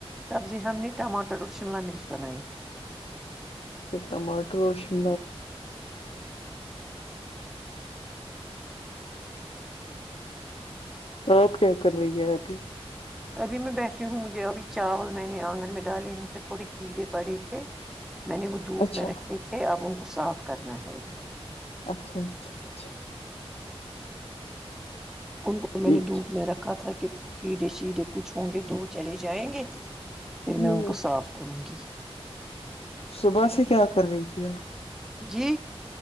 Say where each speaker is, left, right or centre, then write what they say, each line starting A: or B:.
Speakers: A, in the centre; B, on the left (about 70°).
A: سبزی ہم نے ٹماٹر اور شملہ مرچ بنائی تھے
B: ٹمٹر روشم
A: جی
B: آ کیا کر رہی ہے آپھی
A: ابھی میں بہتی ہوں مجھے ابھی چاول میں نے آنگن میں ڈالے ہیں اس میں تھوڑے کیڑے پڑے تھے میں نے وہ دھوپ
B: اچھا
A: میں رکھے تھے اب ان کو صاف کرنا ہے ابھی
B: اچھا اچھا اچھا
A: ان کو میں
B: یہ
A: نے دھوپ میں رکھا تھا کہ کیڑے شیھے کچھ ہوں گے تو وہ چلے جائیں گے پھر
B: ہوں
A: میں ان کو صاف کروں گی
B: صبح سے کیا کر رہی تھی آپ
A: جی